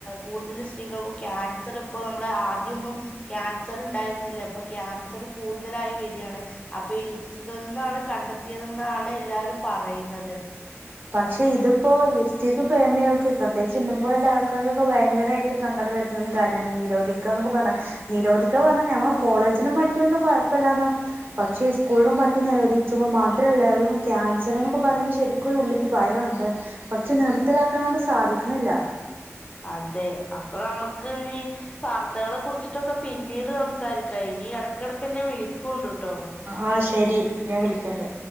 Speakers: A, on the left; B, on the right.
A: കൂടുതൽ സ്ത്രീകൾക്കു ക്യാൻസർ ഇപ്പോൾ നമ്മുടെ ആദ്യമൊന്നും ക്യാൻസർ ഉണ്ടായിരുന്നില്ല അപ്പൊ ക്യാൻസർ കൂടുതലായി വരികയാണ് അപ്പൊ ഈ ലിപ്സ്റ്റിക്കിൽ നിന്നാണ് കണ്ടെത്തിയതെന്നാണ് എല്ലാരും പറയുന്നത്.
B: പക്ഷേ ഇതിപ്പോ ലിപ്സ്റ്റിക് പ്രേമികൾക്ക് പ്രത്യേകിച്ച് ഇന്നേം പോലുള്ള ആൾക്കാൊക്കെ ഭയങ്കരമായിട്ട് സങ്കടം വരുത്തുന്ന കാര്യാണ് നിരോധിക്കാന്നൊക്കെ പറഞ്ഞാ നിരോധിക്ക പറഞ്ഞാ ഞങ്ങള കോളേജിനും മറ്റു ഒന്നും കുഴപ്പല്ലാത് പക്ഷേ സ്കൂളിലും മറ്റും നിരോധിക്കുമ്പോൾ മാത്രമല്ല അവരും ക്യാൻസർ എന്നൊക്കെ പറയുമ്പോ ശരി ക്കും ഉള്ളിക്ക് ഭയയുണ്ട് പക്ഷേ നിർത്തലാക്കാണ് സാധിക്കണില്ല.
A: അതെ അപ്പൊ നമുക്ക് ഇനി വാർത്തകളെ കുറിച്ചിട്ടൊക്കെ പിന്നീട് സംസാരിക്കാം ഇനി ഇടക്കിടക്കെന്നെ വിളി ക്കോണ്ടുട്ടോ.
B: ആ ശരി. ഞാൻ വിളിക്കണ്ട്.